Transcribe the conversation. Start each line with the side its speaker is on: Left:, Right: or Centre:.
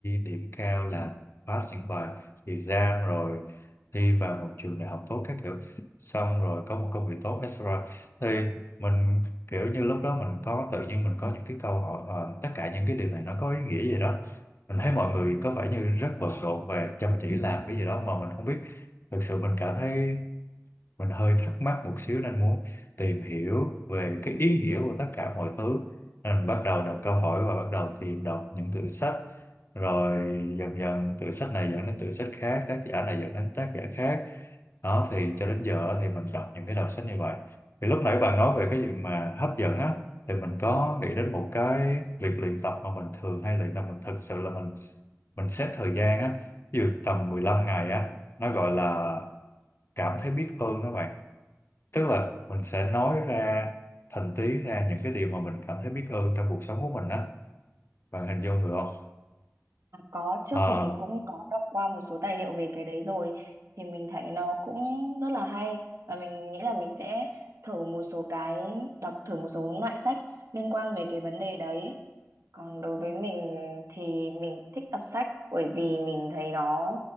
Left: điểm cao là pass những bài exam rồi thi vào một trường đại học tốt các kiểu xong rồi có một công việc tốt etc thì mình kiểu như lúc đó mình có tự nhiên mình có những cái câu hỏi ờ, tất cả những cái điều này nó có ý nghĩa gì đó mình thấy mọi người có vẻ như rất bận rộn và chăm chỉ làm cái gì đó mà mình không biết thực sự mình cảm thấy mình hơi thắc mắc một xíu nên muốn tìm hiểu về cái ý nghĩa của tất cả mọi thứ nên mình bắt đầu đặt câu hỏi và bắt đầu tìm đọc những tựa sách rồi dần dần từ sách này dẫn đến từ sách khác tác giả này dẫn đến tác giả khác đó thì cho đến giờ thì mình đọc những cái đầu sách như vậy thì lúc nãy bạn nói về cái chuyện mà hấp dẫn á thì mình có nghĩ đến một cái việc luyện tập mà mình thường hay luyện tập mình thực sự là mình mình xét thời gian á ví dụ tầm 15 ngày á nó gọi là cảm thấy biết ơn đó bạn tức là mình sẽ nói ra thành tiếng ra những cái điều mà mình cảm thấy biết ơn trong cuộc sống của mình á bạn hình dung được không
Right: À, có trước
Left: Ờ,
Right: thì mình cũng có đọc qua một số tài liệu về cái đấy rồi thì mình thấy nó cũng rất là hay và mình nghĩ là mình sẽ thử một số cái đọc thử một số loại sách liên quan về cái vấn đề đấy còn đối với mình thì mình thích đọc sách bởi vì mình thấy nó